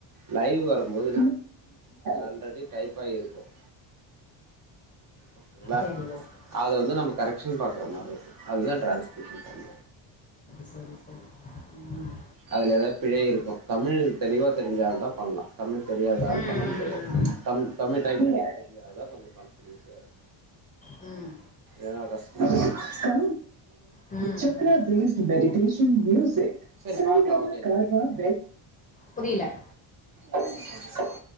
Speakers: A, on the right; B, on the left.
A: லைவ் வரும்போது ஆல்ரெடி டைப் ஆகிருக்கும் ஓகேங்களா
B: சரி ஓகே
A: அத வந்து நம்ம கரெக்க்ஷன் பாக்குற மாரி இருக்கும் அதுதான் டரான்ஸ்கிரிப்ஷன் பண்
B: சரி சரி உம்
A: அதுல ஏதாது பிழை இருக்கும் தமிழ் தெளிவா தெரிஞ்சால்தா பண்ணு தமிழ் தெரியாதாள்
B: ம்
A: பண்ண முடியாது
B: ம்
A: தமிழ் தமிழ் டைப்பிங் தெரிஞ்சாதான் கொஞ்சோ பண்ணத்துக்கு ஈஸியா இருக்கும்
B: ம்
A: ஏனா காஷ்ட
B: ம் ம்
A: சக்கரா
B: ம்
A: தே மெடிட்டேஷன் மியூசிக் சரி பார்க்கலாம்ங்க
B: புரியல
A: ஓகே